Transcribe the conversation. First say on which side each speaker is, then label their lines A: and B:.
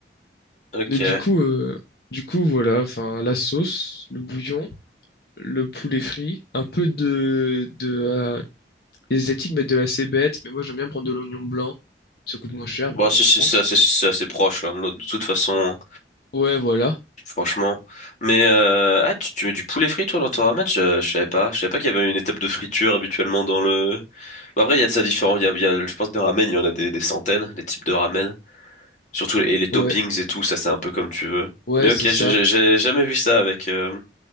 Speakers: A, on the left; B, on the left.
A: ok.
B: mais du coup, euh, du coup, voilà, enfin, la sauce, le bouillon. le poulet frit, un peu de, de euh, les Asiatiques mettent de la cébette, mais moi j'aime bien prendre de l'oignon blanc. Ça coûte moins cher vu
A: Bon,
B: qu'on
A: c'est
B: est en
A: c'est-
B: France.
A: ça c'est assez c'est assez proche l'un de l'autre, de toute façon.
B: Ouais, voilà.
A: franchement. Mais euh, ah, tu, tu mets du poulet frit toi dans ton ramen? Je, je savais pas. Je savais pas qu'il y avait une étape de friture habituellement dans le. Bon, après, il y a de ça différent. Il y a, il y a- je pense, des ramen, il y en a des, des centaines, des types de ramen. Surtout les, et les toppings
B: Ouais,
A: et tout, ça c'est un peu comme tu veux.
B: ouais,
A: Mais ok,
B: c'est ça.
A: j'ai j'ai- jamais vu ça avec. euh,